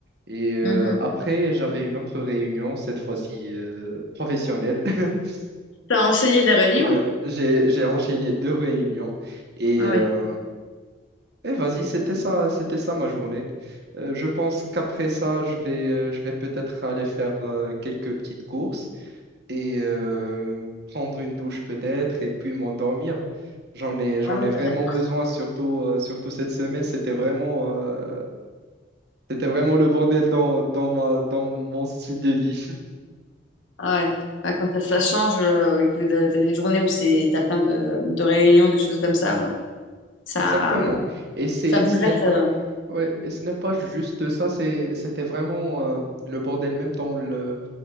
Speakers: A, on the right (about 55°); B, on the left (about 75°).
A: Et euh,
B: Mhm.
A: après, j'avais une autre réunion, cette fois-ci euh, professionnelle. <laughs>
B: T'as enseigné la Réunion?
A: Ouais, j'ai, j'ai enchaîné deux réunions et,
B: Ah
A: euh,
B: oui
A: et vas-y, c'était ça, c'était ça ma journée. Euh, je pense qu'après ça, je vais, euh, je vais peut-être aller faire euh, quelques petites courses et euh, prendre une douche peut-être et puis m'endormir. J'en ai, j'en
B: Ah oui,
A: ai vraiment
B: bah là, t'as-
A: besoin, surtout, euh, surtout cette semaine. C'était vraiment, euh, c'était vraiment le bordel dans, dans ma- dans mon style de vie. <laughs>
B: Ah ouais. Ah, quand ça, ça change, euh, que t'as t'as des journées où c'est, t'as plein de, de réunions, de choses comme ça, euh, ça,
A: Exactement. Et c'est,
B: ça bouleverse.
A: ce n'est pas,
B: euh,
A: ouais, et ce n'est pas juste ça, c'est, c'était vraiment euh, le bordel même dans le,